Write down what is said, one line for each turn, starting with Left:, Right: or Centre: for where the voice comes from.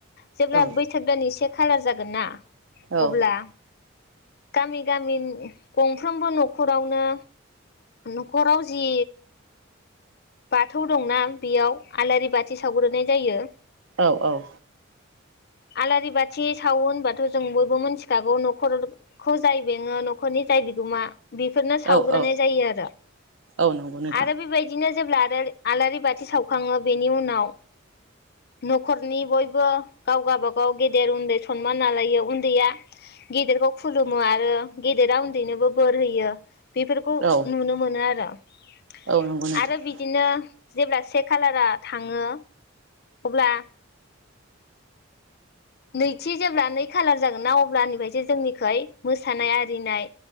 Left: जेब्ला
Right: औ
Left: बैसाग दाननि से खालार जागोन ना
Right: औ
Left: अब्ला गामि गामि गंफ्रोमबो न'खरावनो न'खराव जि बाथौ दंना बेयाव आलारि बाथि सावग्रोनाय जायो
Right: औ औ
Left: आलारि बाथ थि सावो होनबाथ' जों बयबो मोनथिखागौ न'खरखौ जाय बेङो न'खरनि जाय बिगोमा बेफोरनो सावग्रोनाय
Right: औ औ
Left: जायो आरो
Right: औ नंगौ नोंथां
Left: आरो बेबायदिनो जेब्ला आरोर आलारि बाथि सावखाङो बेनि उनाव न'खरनि बयबो गाव गाबागाव गेदे देर उन्दै सनमान नालायो उन्दैया गेदेरखौ खुलुमो आरो गेदेरा उन्दैनोबो बोर होयो बेफोरखौ
Right: औ
Left: नुनो मोनो आरो आरो
Right: औ नंगौ नोंथां
Left: बिदिनो जेब्ला से खालारा थाङो अब्ला नैथि जेब्ला नै खालार जागोन ना अब्लानिफ्रायसो जोंनिखोय मोसानाय आरिनाय